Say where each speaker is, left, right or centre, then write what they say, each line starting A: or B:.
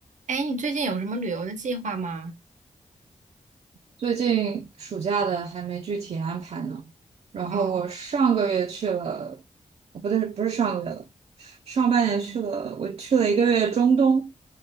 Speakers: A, on the right (about 80°); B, on the right (about 55°).
A: 哎，你最近有什么旅游的计划吗？
B: 最近暑假的还没具体安排呢。然后我上个月去了，
A: 哦，
B: 哦不对，不是上个月了，上半年去了，我去了一个月中东，